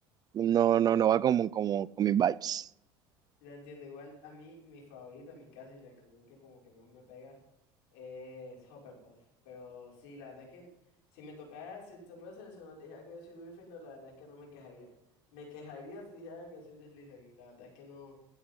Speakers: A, on the right; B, on the left.
A: No, no, no va como, como con mis vibes.
B: Ya entiendo, igual a mí, mi favorita, mi casa y la que creo que como que más me pega es Hufflepuff. Pero sí, la verdad es que si me tocara, si el sombrero seleccionado dijera que yo soy Gryffindor, la verdad es que no me quejaría. Me quejaría si dijera que soy de Slytherin. La verdad es que no,